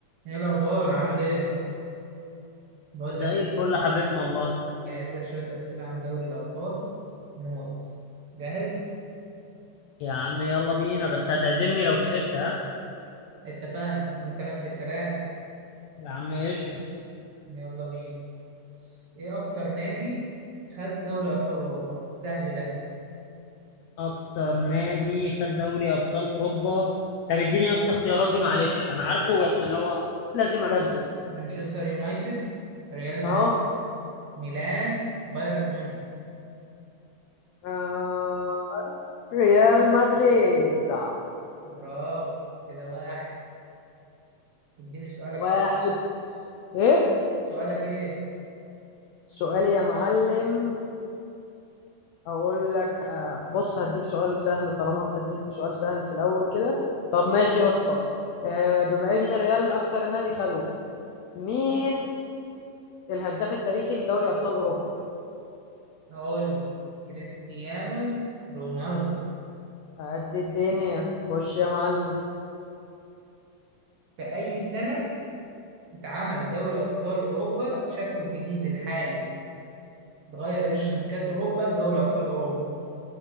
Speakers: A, on the right; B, on the left.
A: ايه الاخبار عامل ايه بقول
B: زي
A: لك إيه،
B: الفل يا حبيبنا والله
A: جهز لك شويه اسئله عن دوري الابطال موت جاهز
B: يا عم يلا بينا بس هتعزمني لو كسبت ها
A: اتفقنا وانت نفس الكلام
B: يا عم قشطة
A: يلا بينا ايه اكتر نادي خد دوري ابطال اوروبا سهل ده
B: أكتر نادي خد دوري أبطال أوروبا طب اديني يا اسطى اختياراتي معلش أنا عارفه بس اللي هو لازم أنزل
A: مانشستر يونايتد ريال مدريد
B: اهو
A: ميلان بايرن ميونخ
B: آه، ريال مدريد
A: برافو كده واحد اديني سؤالك
B: واحد
A: بقى
B: ايه
A: سؤالك ايه
B: سؤالي يا معلم اقول لك آه، بص هديك سؤال سهل طالما انت اديتني سؤال سهل في الاول كده طب ماشي يا اسطى آه، بما ان الريال اكتر نادي خده مين الهداف التاريخي لدوري ابطال اوروبا
A: اقول لك كريستيانو رونالدو
B: قد الدنيا خش يا معلم
A: في اي سنه اتعمل دوري أبطال أوروبا في شكله الجديد الحالي اتغير
B: بش
A: اسمه من كأس أوروبا لدوري أبطال أوروبا